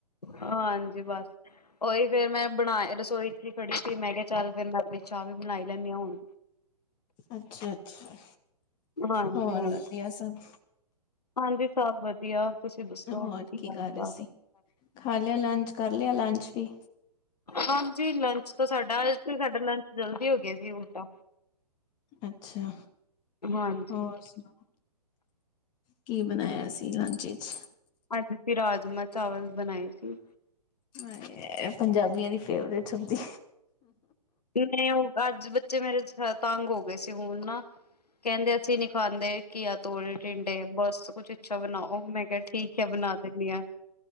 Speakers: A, on the left; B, on the left.
A: ਹਾਂਜੀ, ਬਸ। ਉਹੀ ਫੇਰ ਮੈਂ ਬਣਾ ਰਸੋਈ ਚ ਹੀ ਖੜੀ ਸੀ, ਮੈਂ ਕਿਹਾ ਚੱਲ ਫੇਰ ਮੈਂ ਆਪਣੀ ਚਾਹ ਵੀ ਬਣਾਈ ਲੈਂਨੀ ਆ ਹੁਣ।
B: ਅੱਛਾ, ਅੱਛਾ
A: ਹਾਂਜੀ
B: ਹੋਰ
A: ਹਾਂਜੀ
B: ਵਧੀਆ ਸਭ?
A: ਹਾਂਜੀ, ਸਭ ਵਧੀਆ। ਤੁਸੀਂ ਦੱਸੋ
B: ਹੋਰ
A: ਕੀ ਗ
B: ਕਰ ਰਹੇ ਸੀ ਖਾ ਲਿਆ ਲੰਚ, ਕਰ ਲਿਆ ਲੰਚ ਵੀ?
A: ਹਾਂਜੀ, ਲੰਚ ਤੋਂ ਸਾਡਾ, ਅੱਜ ਤੇ ਸਾਡਾ ਲੰਚ ਜਲਦੀ ਹੋ ਗਿਆ ਸੀ ਉਲਟਾ।
B: ਅੱਛਾ!
A: ਹਾਂਜੀ
B: ਹੋਰ ਸੁਣਾਓ? ਕੀ ਬਣਾਇਆ ਸੀ ਲੰਚ ਵਿਚ?
A: ਅੱਜ ਅਸੀਂ ਰਾਜਮਾਂ ਚਾਵਲ ਬਣਾਏ ਸੀ।
B: ਹਾਏ, ਐ ਪੰਜਾਬੀਆਂ ਦੀ ਫੇਵਰੇਟ ਸਬਜ਼ੀ।
A: ਨਹੀਂ ਉਹ ਅੱਜ ਬੱਚੇ ਮੇਰੇ ਤੰਗ ਹੋ ਗਏ ਸੀ ਹੁਣ ਨਾ। ਕਹਿੰਦੇ ਅਸੀਂ ਨੀ ਖਾਂਦੇ, ਘੀਆ ਤੋਰੀ, ਟਿੰਡੇ ਬਸ ਕੁੱਛ ਅੱਛਾ ਬਣਾਓ। ਮੈਂ ਕਹਿ ਠੀਕ ਐ, ਬਣਾ ਦਿੰਨੀ ਆ।